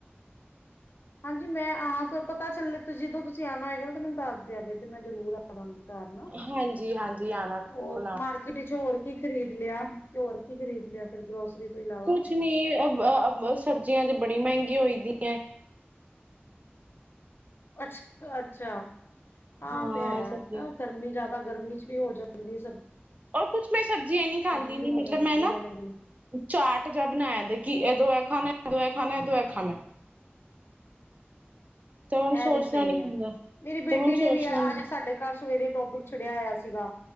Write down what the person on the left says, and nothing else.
ਹਾਂਜੀ ਮੈਂ ਆਹਾਂ ਤੋਂ ਪਤਾ ਚੱਲੇ ਜਦੋਂ ਤੁਸੀਂ ਆਉਣਾ ਹੋਏਗਾ ਨਾ ਤੇ ਮੈਨੂੰ ਦੱਸ ਦਗੇੇ ਤੇ ਮੈਂ ਜ਼ਰੂਰ ਆਵਾਂਗੀ। ਘਰ ਨਾ
ਹੋਰ
ਮਾਰਕੀਟ ਚ ਹੋਰ ਕੀ ਖਰੀਦ ਲਿਆ ਘਿਓ ਰ ਕੀ ਖਰੀਦ ਲਿਆ ਫੇਿਰ ਗਰੋਸਰੀ ਤੋਂ ਇਲਾਵਾ
ਅੱਛ ਅੱਛਾ ਆਹੋ
ਤੇ ਹੈ
ਨਾ ਗਰਮੀ ਜ਼ਿਆਦਾ ਤਾਂ ਗਰਮੀ ਚ ਵੀ ਹੋ ਜਾਂਦੀ ਹੈ।
ਵੀ
ਹੋ ਜਾਂਦੀ
ਹੈ ਮਹਿੰਗੀ
ਇਹ
ਵੀ ਸਹੀ
ਹੈ
ਮੇਰੀ ਬੇਟੀ
ਨੇ
ਵੀ ਅੱਜ
ਸਾਡੇ ਘਰ ਸਵੇਰੇ ਟੋਪਿਕ ਛੱਡਿਆ ਹੋਇਆ ਸੀਗਾ